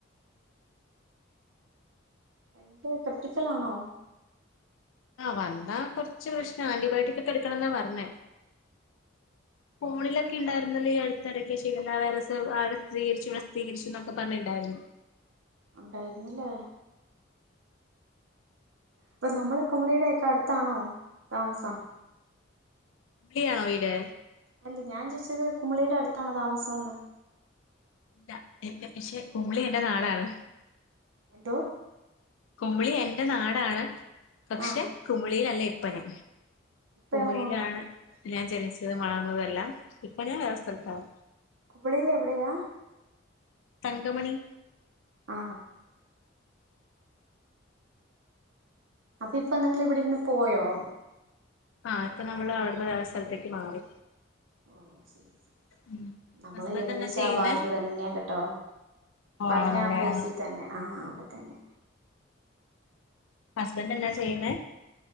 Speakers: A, on the right; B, on the left.
A: ഭയങ്കര ക്രിട്ടിക്കലാണോ
B: ആ വന്നാ കൊറച്ച് പ്രശ്നാ. ആന്റിബയോട്ടിക് ഒക്കെ എടുക്കണന്നാ പറഞ്ഞേ ഫോണിലൊക്കെ ഉണ്ടായിരുന്നല്ലോ ഈ അടുത്തിടക്ക് ഷിഗെല്ല വൈറസുകൾ സ്ഥിതികരിച്ചു പ്രസിദ്ധീകരിച്ചു എന്നൊക്കെ പറഞ്ഞ് ഉണ്ടായിരുന്നു
A: ഉണ്ടായിരുന്നില്ലേ അപ്പൊ നമ്മള് കുമളിടെയൊക്കെ അടുത്താണോ താമസം
B: ക്കിയാണോ വീട്
A: അല്ല ഞാൻ ചോയിച്ചത് കുമളിയുടെ അടുത്താണോ താമസോന്ന്
B: അല്ല എന്ന പക്ഷെ കുമളി എന്റെ നാടാണ്
A: എന്തോ
B: കുമളി എന്റെ നാടാണ് പക്ഷെ
A: ആഹ്
B: കുമിളിയിലല്ലേ ഇ ഇപ്പനേ
A: ഇപ്പമോ
B: കുമളിയിലാണ് ഞാൻ ജനിച്ചതും വളർ അതെല്ലാം ഇപ്പൊ ഞാൻ വേറെ സ്ഥലത്താണ്
A: കുമളിയില് എവിടെയാ
B: തങ്കമണി
A: ആ അപ്പൊ ഇപ്പൊ നിങ്ങൾ ഇവിടെ ഇരുന്ന് പോയോ
B: ആ ഇപ്പൊ നമ്മള് അവിടുന്ന് വേറെ സ്ഥലത്തേക്ക് മാറി
A: ഓ ശരി ശരി
B: ഉം
A: നമ്മള്
B: ഹസ്ബൻഡ്
A: ഏകദേശം
B: എന്നാ ചെയ്യുന്നേ
A: ആ ഭാഗത്ത് തന്നെയാ കെട്ടോ
B: ആഹ്
A: പറഞ്ഞ
B: ആണല്ലേ
A: ആ പ്ലേസി
B: ആഹ്
A: തന്നെ ആ അവിടെ തന്നെ
B: ഹസ്ബൻ്റ് എന്താ ചെയ്യുന്നേ?